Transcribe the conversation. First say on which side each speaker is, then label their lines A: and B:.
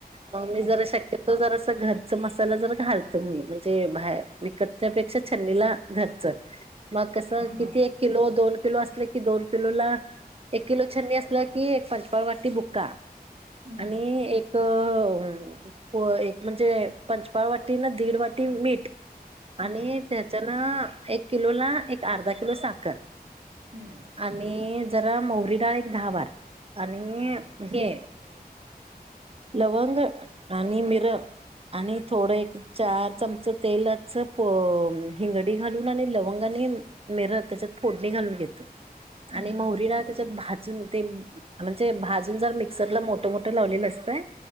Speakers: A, on the right (about 35°); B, on the right (about 80°).
A: मग
B: हं,
A: मी जरा शक्य. तो जरा घरचा मसाला जर घालतो मी म्हणजे बाहेर विकत पेक्षा <inaudible> छननीला घरचं मग कसं
B: हां,
A: किती किलो. दोन किलो. असले कि दोन किलो. ला एक किलो छ्नी असलं कि एक पंचपाळवाटी बुक्का
B: हं,
A: आणि एक अ एक म्हणजे पंचपाळ वाट टी नं दीड वाटी मीठ
B: हं,
A: आणि त्याच्या न एक किलो ला एक अर्धा किलो साखर.
B: हम्म
A: आणि जरा मोहरी डाळ एक दहा बारा आणि
B: हां,
A: हे लवंग आणि मिरं आणि थोडं एक चार चमचं तेलाच प हिंगडी घालून आणि लवंग आणि मिरं त्याच्यात फोडणी घालून घेतो
B: हं,
A: आणि मोहरी
B: हं,
A: डाळ त्याच्यात भाजून ते म्हणजे भाजून जर मिक्सरला मोठं मोठं लावलेलं असतंय